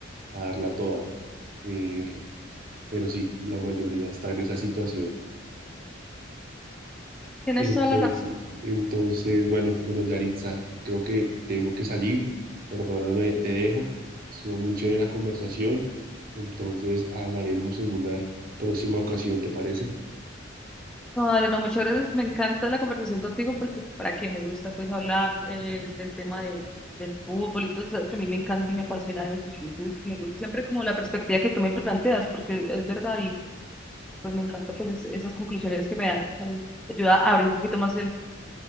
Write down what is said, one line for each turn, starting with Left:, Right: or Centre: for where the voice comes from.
Right: a darla toda. Eh, pero sí, la mayoría está en esa situación.
Centre: Tienes
Right: Entonces,
Centre: toda la razón.
Right: entonces, bueno, bueno, Yaritza, creo que tengo que salir. Perdóname, te dejo. Estuvo muy chévere la conversación. Entonces hablaremos en una próxima ocasión, ¿te parece?
Centre: No, dale, no, muchas gracias. Me encanta la conversación contigo porque para que me gusta pues hablar eh, del tema de, de fútbol y todo, sabes que a mí me encanta y me apasiona eso. Entonces, me gusta siempre como la perspectiva que tú me planteas porque es verdad y pues me encanta pues es- esas conclusiones que me das. Me ayuda a abrir un poquito más el,